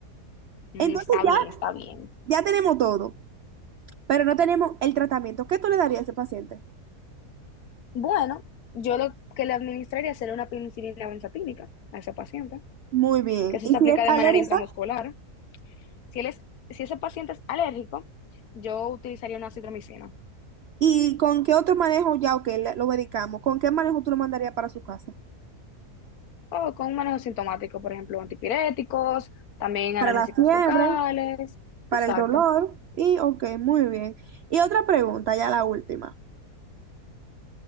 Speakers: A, on the left; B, on the right.
A: Mm,
B: Entonces
A: está
B: ya,
A: bien, está bien.
B: ya tenemos todo, pero no tenemos el tratamiento. ¿Qué tú le darías a ese paciente?
A: Bueno, yo lo que le administraría sería una penicilina benzatínica a ese paciente,
B: Muy bien.
A: que eso
B: ¿Y
A: se
B: si
A: aplica
B: es
A: de
B: alérgica?
A: manera intramuscular. Si, él es, si ese paciente es alérgico, yo utilizaría una citromicina
B: ¿Y con qué otro manejo ya, ok, le- lo medicamos? ¿Con qué manejo tú lo mandarías para su casa?
A: o con un manejo sintomático, por ejemplo, antipiréticos, también analgésicos
B: Para la fiebre,
A: locales.
B: para
A: Exacto.
B: el dolor. Y, ok, muy bien. Y otra pregunta, ya la última.